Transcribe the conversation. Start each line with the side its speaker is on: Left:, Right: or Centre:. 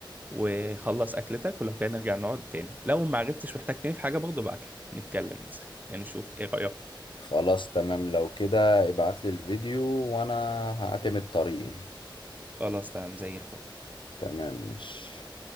Right: وخلص أكلتك ولو كده نرجع نقعد تاني لو ما عرفتش واحتجتني في حاجة برضه ابعت لي نتكلم مثلا يعني نشوف إيه رأيك؟
Left: خلاص تمام لو كده ابعتلي الفيديو وانا هعتمد طريقي
Right: خلاص تمام زي الفل
Left: تمام ماشي